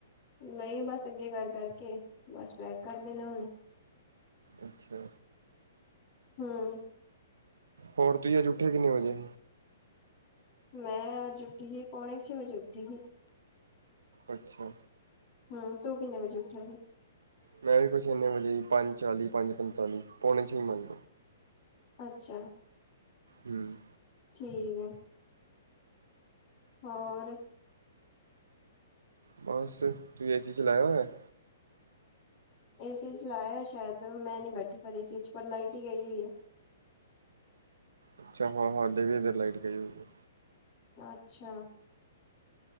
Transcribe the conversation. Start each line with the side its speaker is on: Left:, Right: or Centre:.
Left: ਨਹੀਂ ਬਸ ਅੱਗੇ ਕਰ ਕਰਕੇ ਬਸ ਪੈਕ ਕਰ ਦੇਣਾ ਹੁਣ
Right: ਅੱਛਾ
Left: ਹਮ
Right: ਹੋਰ ਤੁਸੀ ਅਜ ਉਠੇ ਕਿਨੇ ਵਜੇ
Left: ਮੈਂ ਅੱਜ ਉੱਠੀ ਸੀ ਪੌਣੇ ਛੇ ਵਜੇ ਉੱਠੀ ਸੀ
Right: ਅੱਛਾ
Left: ਹਮ ਤੂੰ ਕਿੰਨੇ ਵਜੇ ਉਠਿਆ ਸੀ
Right: ਮੈਂ ਵੀ ਕੁਛ ਇੰਨੇ ਵਜੇ ਪੰਜ ਚਾਲੀ ਪੰਜ ਪੰਤਾਲੀ ਪੌਣੇ ਛ ਹੀ ਮੰਨ
Left: ਅੱਛਾ
Right: ਹਮ
Left: ਠੀਕ ਹੈ ਹੋਰ
Right: ਬਸ ਤੂੰ ਏ ਜੀ ਚਲਾਇਓ ਹੈ
Left: ਏਸੀ ਚ ਲਾਇਆ ਸ਼ਾਇਦ ਮੈਂ ਨੀ ਬੈਠੀ ਪਰ ਏ ਸੀ ਚ ਪਰ ਲਾਈਟ ਹੀ ਗਈ ਹੋਈ ਹੈ
Right: ਅੱਛਾ ਹਾਂ ਹਡ ਵੀ ਇਧਰ ਲਾਈਟ ਗਿਏ ਹੋਈ
Left: ਅੱਛਾ